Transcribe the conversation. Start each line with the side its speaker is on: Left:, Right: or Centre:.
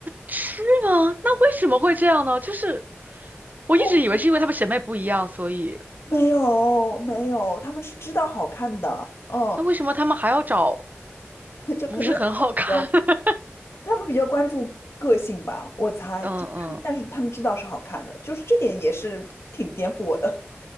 Right: 是吗？那为什么会这样呢？就是我一直以为是因为他们审美不一样，
Left: 哦，
Right: 所以
Left: 没有没有，他们是知道好看的，嗯，
Right: 那为什么他们还要找
Left: <laughs> 就可能是他们比较。
Right: 不是很好看？<laughs>
Left: 他们比较关注个性吧，我猜，
Right: 嗯嗯，
Left: 就他们，但是他们知道是好看的，就是这点也是挺颠覆我的。